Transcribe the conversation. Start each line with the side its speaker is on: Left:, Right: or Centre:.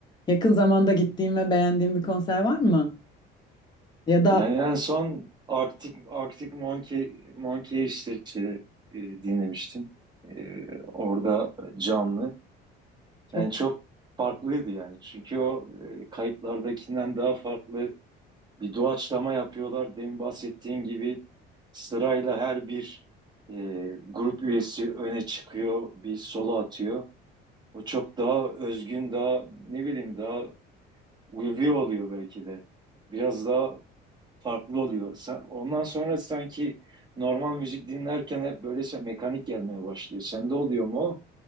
Left: Yakın zamanda gittiğim ve beğendiğim bir konser var mı? Ya da
Right: Yani en son Arctic, Arctic Monkey, Monkey işte şey, e, dinlemiştim. E, orada canlı.
Left: çok
Right: Yani çok farklıydı yani. Çünkü o e, kayıtlardakinden daha farklı bir doğaçlama yapıyorlar. Demin bahsettiğin gibi sırayla her bir e, grup üyesi öne çıkıyor, bir solo atıyor. O çok daha özgün, daha ne bileyim daha ulvi oluyor belki de. Biraz daha farklı oluyor. Sen, ondan sonra sanki normal müzik dinlerken hep böyle şey- mekanik gelmeye başlıyor. Sende oluyor mu? o?